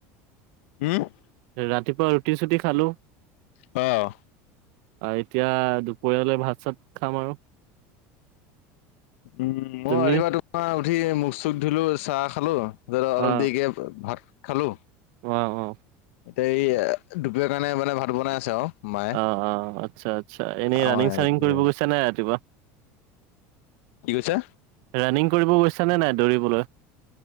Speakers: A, on the left (about 85°); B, on the right (about 60°).
A: উম
B: ৰাতিপুৱাৰ ৰুটি চুটি খালোঁ।
A: অ'।
B: এতিয়া দুপৰীয়ালৈ ভাত চাত খাম আৰু।
A: উম, মই
B: তুমি
A: ৰাতিপুৱা তোমাৰ উঠি মুখ চুখ ধুলো চাহ খালো ধৰক অলপ
B: অ
A: দেৰিকে ভাত খালোঁ।
B: অ', অ'।
A: এতিয়া এই দুপৰীয়াৰ কাৰণে ভাত বনাই আছে আৰু। মায়ে
B: অ' অ' আচ্ছা আচ্ছা। এনেই
A: খাওঁ
B: ৰানিং
A: আৰু
B: চানিং
A: কি
B: কৰিব গৈছা নাই ৰাতিপুৱা?
A: কি কৈছা?
B: ৰানিং কৰিব গৈছানে নাই দৌৰিবলৈ?